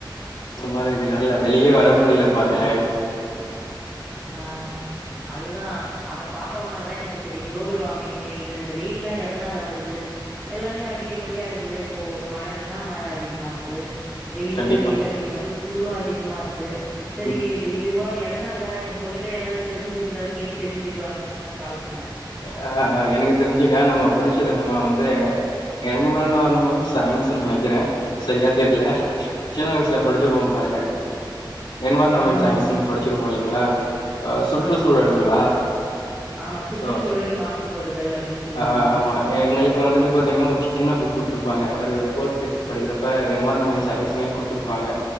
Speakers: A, on the left (about 75°); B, in the centre.
A: சமாருதுக்கா இல்ல வெளியே வர முடியல பாருங்களே
B: அவ் ஆஹ் அதுதா அத பார்த்த உடனேதா எனக்கு சரி குளோபல் வார்மிங்கு இது இந்த வெயில்லா எதனால வருது எல்லாமே அதிகப்படியா இருக்குல்ல இப்போ மழன்னா மழ அதிகமாருக்கு வெயில்னா
A: கண்டிப்பா
B: வெயில் அதிகமாருக்கு குளுரு அதிகமாருக்கு சரி
A: ம்
B: இது இதுவாயா எதனால உங்ககிட்ட ஏதாவது தெரிஞ்சிருந்தா அத கேட்டு தெரிஞ்சுக்லாமே அப்டின்தா கால்பண்ணே
A: ய அ ஆ எனக்கு தெரிஞ்சுக்கா நம்ம படிச்சது நம்ம வந்து என்மனாலுமன் சயின்சு நெனைக்குறே சரியா தெரில சின்ன வயசுல படிச்சிருப்போம் பாருங்க என்வார்னாமென்ட்
B: ம்
A: சயின்ஸ்சுனு படிச்சிருப்போ இல்லைங்களா ஆ சுற்று
B: ஆமா
A: சூழல்ங்களா
B: ஆமா சுற்றுச்சூழல்
A: ஓ
B: மாசுபடுதல் அப்டின்னு சொல்லுவாங்க
A: ஆ ஆமா எங்களுக்கு வந்துட்டு பாத்தீங்கன்னா ஒரு சின்ன புக் கொடுத்துருப்பாங்க ஒரு ஃபோர்த் ஃபிவ்து படிக்கிறப்ப என்வார்ன்மென்ட் சயின்ஸ்ன்னே குடுத்துருப்பாங்க